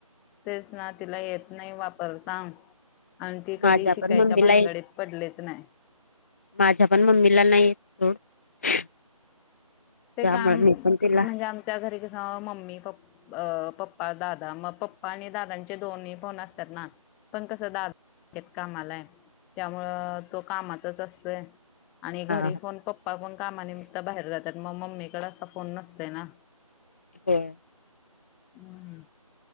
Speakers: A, in the centre; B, on the left (about 25°).
A: तेच ना तिला येत नाही वापरता आणि ती कधी
B: माझ्या
A: शिकायच्या
B: पण मम्मीला
A: भानगडीत
B: येत
A: पडलेच नाही
B: माझ्या पण मम्मीला नाही येतं सोड
A: ते
B: त्यामुळे
A: काम
B: मी पण तिला
A: म्हणजे आमच्या घरी कसं मम्मी पप् अ पप्पा, दादा मग पप्पा आणि दादांचे दोन्ही फोन असतात ना पण कसं दादा बँकेत कामालाय त्यामुळं तो कामातच असतोय आणि घरी
B: हा
A: पण पप्पा पण कामानिमित्त बाहेर जात तर मग मम्मीकड असा फोन नसतोय ना
B: <inaudible>
A: हम्म